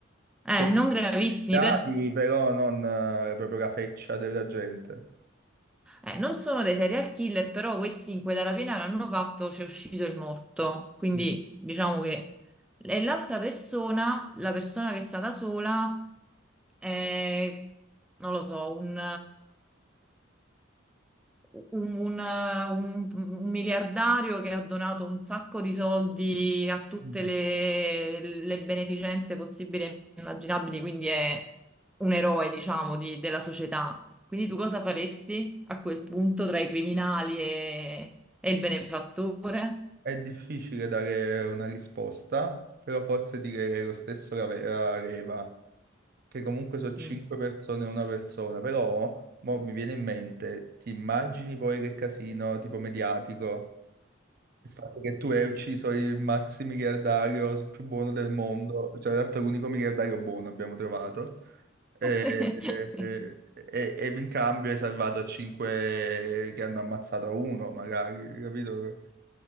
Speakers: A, in the centre; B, on the right (about 50°).
A: Eh,
B: Cioè,
A: non gravissimi,
B: Bravi,
A: per
B: però non eh, proprio la feccia della gente.
A: Eh, non sono dei serial killer, però questi in quella rapina che hanno fatto c'è uscito il morto. Quindi
B: Mm.
A: diciamo che e l'altra persona, la persona che è stata sola, è, non lo so, un, un, un- un miliardario che ha donato un sacco di soldi a tutte
B: Mm.
A: le, le beneficenze possibili e immaginabili, quindi è un eroe, diciamo, di- della società. Quindi tu cosa faresti a quel punto tra i criminali e, e il benefattore?
B: È difficile dare una risposta, però forse direi lo stesso la, ve- la Reva, che comunque sono cinque
A: Mm.
B: persone e una persona, però mo mi viene in mente, ti immagini poi che casino tipo mediatico? Il fatto che tu hai ucciso il maxi miliardario più buono del mondo, cioè in realtà l'unico miliardario buono abbiamo trovato, e,
A: <laughs>
B: e-
A: Sì.
B: e- e in cambio hai salvato cinque che hanno ammazzato uno, magari, capito?